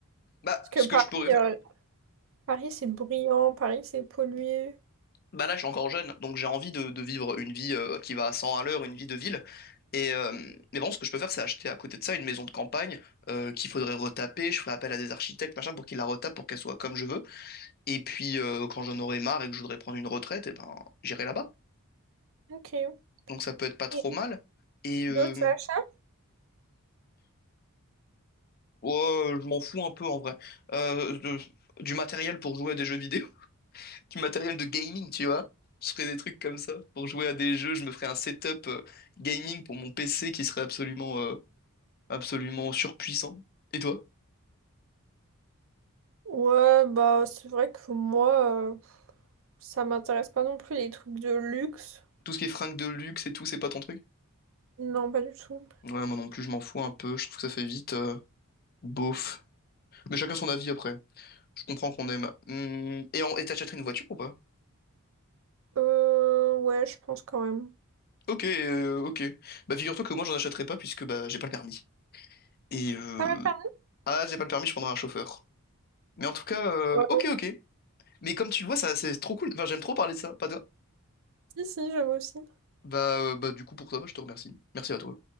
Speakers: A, on the left; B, on the right.
A: Bah,
B: Parce que
A: ce que
B: Paris,
A: je pourrais faire.
B: euh, Paris c'est bruyant, Paris c'est pollué.
A: Bah là je suis encore jeune, donc j'ai envie de, de vivre une vie euh, qui va à 100 à l'heure, une vie de ville. Et euh, mais bon, ce que je peux faire, c'est acheter à côté de ça une maison de campagne euh, qu'il faudrait retaper. Je ferai appel à des architectes, machin, pour qu'ils la retapent, pour qu'elle soit comme je veux. Et puis, euh, quand j'en aurai marre et que je voudrais prendre une retraite, eh ben, j'irai là-bas.
B: Ok.
A: Donc, ça peut être pas trop
B: Et
A: mal. Et
B: D'autres
A: euh,
B: achats?
A: ouais, je m'en fous un peu en vrai. Euh, de- du matériel pour jouer à des jeux vidéo, <laughs> du matériel de gaming, tu vois. Je ferais des trucs comme ça. Pour jouer à des jeux, je me ferais un setup euh, gaming pour mon PC qui serait absolument, euh, absolument surpuissant. Et toi?
B: Ouais, bah c'est vrai que moi, euh, ça m'intéresse pas non plus les trucs de luxe.
A: Tout ce qui est fringues de luxe et tout, c'est pas ton truc?
B: Non, pas du tout.
A: Ouais, moi non plus, je m'en fous un peu. Je trouve que ça fait vite euh, beauf. Mais chacun son avis après. Je comprends qu'on aime. Hum, et en, et t'achèterais une voiture ou pas?
B: Euh, ouais, je pense quand même.
A: Ok, euh, ok. Bah figure-toi que moi j'en achèterais pas puisque bah j'ai pas le permis. Et euh...
B: T'as pas le permis?
A: Ah, j'ai pas le permis, je prendrai un chauffeur. Mais en tout cas, euh,
B: Ouais,
A: ok, ok. Mais comme tu le vois, ça c'est trop cool. Enfin, j'aime trop parler de ça, pas toi.
B: si, si, j'aime aussi.
A: Bah, euh, bah du coup pour ça, bah, je te remercie. Merci à toi.